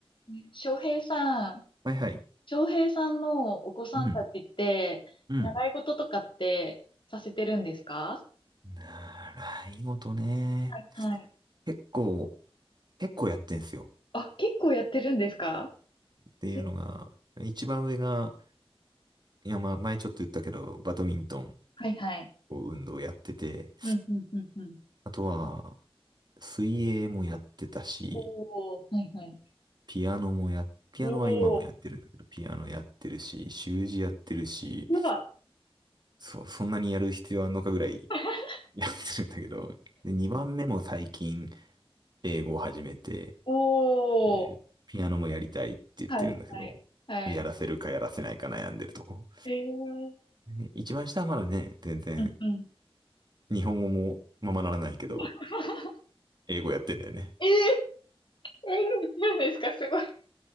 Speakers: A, on the left; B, on the right.
A: ね翔平さん、
B: はいはい。
A: 翔平さんのお子さんたちって、
B: うん。うん。
A: 習い事とかってさせてるんですか
B: 習い事ね。
A: はいはい。
B: 結構、結構やってんすよ。
A: あ、結構やってるんですか
B: っていうのが、
A: え
B: 一番上が、いや、まあ、前ちょっと言ったけど、バドミントン
A: はいはい。
B: を運動やってて、
A: うんうんうんうん。
B: あとは、水泳もやってたし、
A: おお、はいはい。
B: ピアノもや、ピアノは今もやってるんだけど、
A: おお、
B: ピアノやってるし、習字やってるし、
A: うわ、
B: そ、そんなにやる必要あんのかぐらい
A: <laughs>
B: やってるんだけど、で、2番目も最近、英語を始めて、
A: お
B: で、
A: お、
B: ピアノもやりたいって言ってるんだけど、
A: はいはい。はい。
B: やらせるかやらせないか悩んでるとこ。
A: えー、
B: ね一番下はまだね、全然、
A: うんうん。
B: 日本語もままならないけど、
A: <laughs>
B: 英語やってんだよね。
A: えー、えー、見てるんですかすごい。